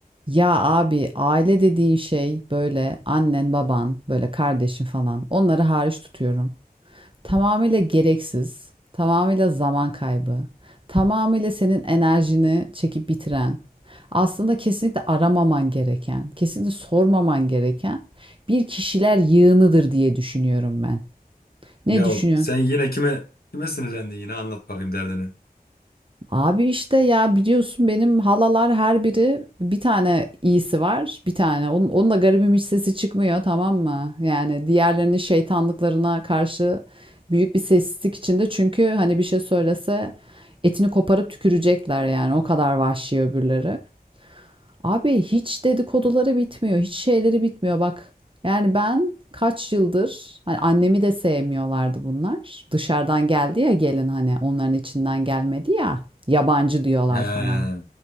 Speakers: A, on the right; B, on the left.
A: Ya abi aile dediğin şey böyle annen, baban, böyle kardeşin falan. Onları hariç tutuyorum. Tamamıyla gereksiz, tamamıyla zaman kaybı, tamamıyla senin enerjini çekip bitiren, aslında kesinlikle aramaman gereken, kesinlikle sormaman gereken bir kişiler yığınıdır diye düşünüyorum ben. Ne
B: Ya
A: düşünüyorsun?
B: sen yine kime kime sinirlendin yine anlat bakayım derdini.
A: Abi işte ya biliyorsun benim halalar her biri bir tane iyisi var. Bir tane. Onun, onun da garibim hiç sesi çıkmıyor tamam mı? Yani diğerlerinin şeytanlıklarına karşı büyük bir sessizlik içinde. Çünkü hani bir şey söylese etini koparıp tükürecekler yani. O kadar vahşi öbürleri. Abi hiç dedikoduları bitmiyor, hiç şeyleri bitmiyor bak. Yani ben kaç yıldır hani annemi de sevmiyorlardı bunlar. Dışarıdan geldi ya gelin hani onların içinden gelmedi ya. Yabancı diyorlar
B: He,
A: falan.